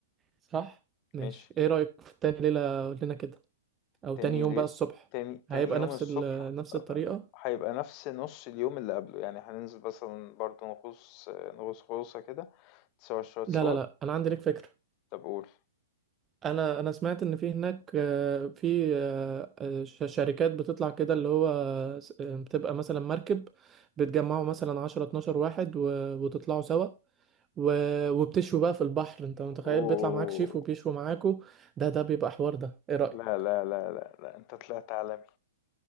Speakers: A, on the right; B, on the left.
A: صح ماشي
B: ماشي
A: ايه رأيك في تاني ليلة قول لنا كده او
B: تاني
A: تاني يوم
B: لي...
A: بقى الصبح
B: تاني
A: هيبقى
B: تاني يوم
A: نفس
B: الصبح
A: ال... نفس الطريقة
B: هيبقى نفس نص اليوم اللي قبله يعني هننزل مثلا برضه نغوص آه، نغوص غوصة كده تصور شوية صور
A: لا لا لا انا عندي لك فكرة
B: طب قول
A: انا انا سمعت ان في هناك آه، في آه، آه، ش- شركات بتطلع كده اللي هو س- آه، بتبقى مثلا مركب بتجمعوا مثلا 10 12 واحد و- وتطلعوا سوا و- وبتشوا بقى في البحر انت متخيل
B: اوه
A: بيطلع معاك شيف وبيشوا معاكوا ده ده بيبقى حوار ده ايه رأيك
B: لا لا لا لا لا انت طلعت عالمي